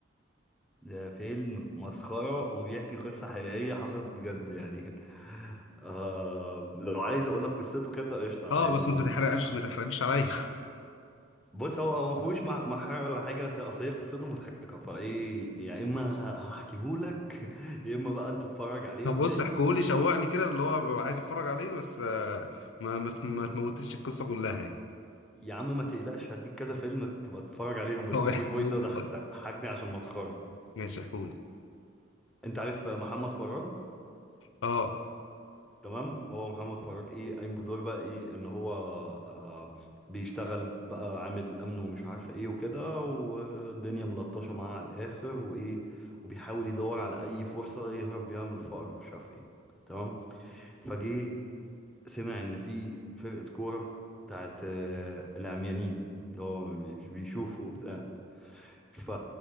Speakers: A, in the centre; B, on the left.
A: ده فيلم مسخرة وبيحكي قصة حقيقية حصلت بجد يعني <laughs> آه لو عايز اقول لك قصته كده قشطة
B: اه
A: عادي
B: بس
A: ممكن
B: انت تحرقش
A: يعني.
B: ما تحرقليش عليا
A: بص هو هو ما فيهوش مح- محارة ولا حاجة بس اصل هي قصته مضحكة فايه يا اما هحكيهولك <laughs> يا اما بقى انت تتفرج
B: <laughs>
A: عليه
B: طب
A: وادعيلي
B: بص احكولي شوقني كده اللي هو ببقى عايز اتفرج عليه بس آه، ما ما ما تموتليش القصه كلها يعني <laughs>
A: يا عم ما تقلقش هديك كذا فيلم تبقى تتفرج عليهم بس
B: هو
A: فوي
B: احكولي
A: فوي ده ضح-
B: طيب
A: ضحكني عشان مسخره
B: ماشي احكولي
A: انت عارف محمد فراج
B: اه
A: تمام هو محمد فراج ايه قايم بدور بقى ايه ان هو آه بيشتغل بقى عامل امن ومش عارفه ايه وكده والدنيا ملطشه معاه على الاخر وايه وبيحاول يدور على اي فرصه يهرب بيها من الفقر مش عارف ايه تمام فجه سمع ان في فرقه كوره بتاعت آه، العميانين اللي هو بيشوفوا وبتاع ف...